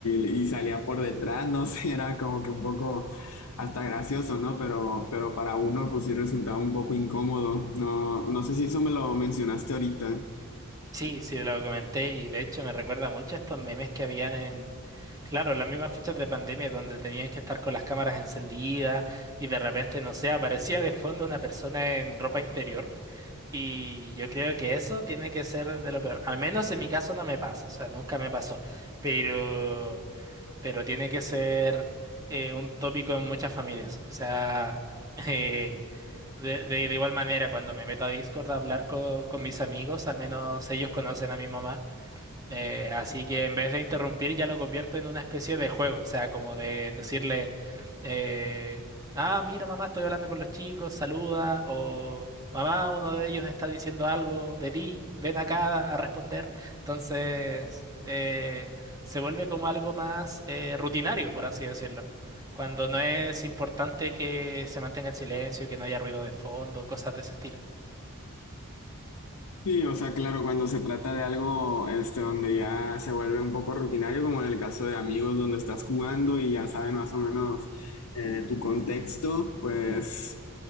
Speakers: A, on the left (about 80°); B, on the right (about 15°).
A: y salía por detrás, no sé, <laughs> era como que un poco hasta gracioso, ¿no? Pero, pero para uno pues sí resultaba un poco incómodo. No, no sé si eso me lo mencionaste ahorita.
B: Sí, sí, lo comenté y de hecho me recuerda mucho a estos memes que habían en, claro, las mismas fechas de pandemia donde tenían que estar con las cámaras encendidas y de repente, no sé, aparecía de fondo una persona en ropa interior y yo creo que eso tiene que ser de lo peor. Al menos en mi caso no me pasa, o sea, nunca me pasó, pero, pero tiene que ser eh, un tópico en muchas familias, o sea, <laughs> De, de, de igual manera, cuando me meto a Discord a hablar co- con mis amigos, al menos ellos conocen a mi mamá. Eh, así que en vez de interrumpir ya lo convierto en una especie de juego, o sea, como de decirle, eh, ah, mira mamá, estoy hablando con los chicos, saluda, o mamá, uno de ellos está diciendo algo de ti, ven acá a responder. Entonces, eh, se vuelve como algo más eh, rutinario, por así decirlo. Cuando no es importante que se mantenga el silencio, que no haya ruido de fondo, cosas de ese estilo.
A: Sí, o sea, claro, cuando se trata de algo este, donde ya se vuelve un poco rutinario, como en el caso de amigos donde estás jugando y ya saben más o menos eh, tu contexto, pues...